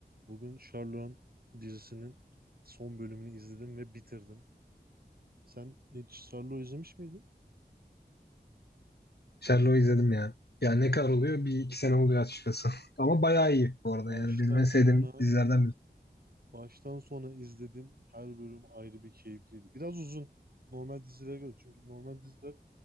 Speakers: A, on the right (about 60°); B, on the left (about 70°).
A: Bugün Sherlock dizisinin son bölümünü izledim ve bitirdim. Sen hiç Sherlock izlemiş miydin?
B: Sherlock'u izledim ya. Ya ne kadar oluyor? Bir iki sene oluyor açıkçası. <laughs> Ama bayağı iyi
A: Ya
B: bu arada
A: baştan
B: yani. Benim en sevdiğim
A: sona
B: dizilerden biri.
A: baştan sona izledim. Her bölüm ayrı bir keyifliydi. Biraz uzun normal dizilere göre. Çünkü normal diziler